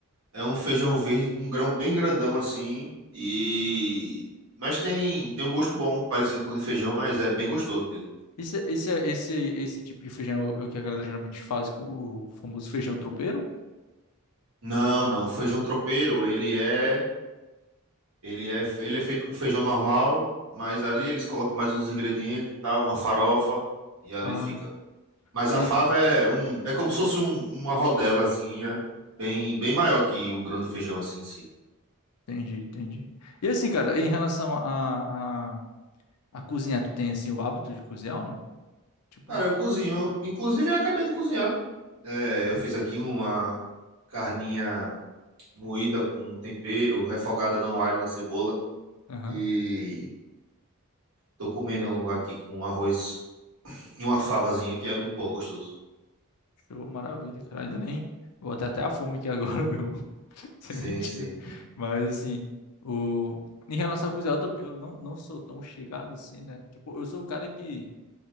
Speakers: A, on the right; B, on the left.
A: é um feijão verde com um grão bem grandão assim, e... Mas tem, tem um gosto bom, parecido com o de feijão, mas é bem gostoso mesmo.
B: Esse, esse, esse, esse tipo de feijão é o é o que a galera geralmente faz com o famoso feijão tropeiro?
A: Não, não, o feijão tropeiro, ele é, ele é, ele é feito com feijão normal, mas ali eles colocam mais uns ingredientes e tal, uma farofa, e ali
B: Ah,
A: fica. Mas
B: entendi.
A: a fava é um, é como se fosse um- uma rodelazinha bem, bem maior que o grão de feijão assim em si.
B: Entendi, entendi. E assim, cara, em relação a, a, a cozinhar, tu tem assim o hábito de cozinhar ou não? Tipo,
A: Cara, eu cozinho, inclusive eu acabei de cozinhar. É, eu fiz aqui uma carninha moída com tempero, refogada no alho e na cebola
B: aham,
A: e tô comendo aqui com arroz e uma favazinha que é muito bom, gostoso.
B: show, maravilha, cara, ainda nem. Vou até até a fome aqui agora <laughs> mesmo, isso
A: Sim,
B: é mentira.
A: sim.
B: Mas assim, o... em relação a cozinhar, eu, tam- eu não, não sou tão chegado assim, né? Tipo, eu sou o cara que,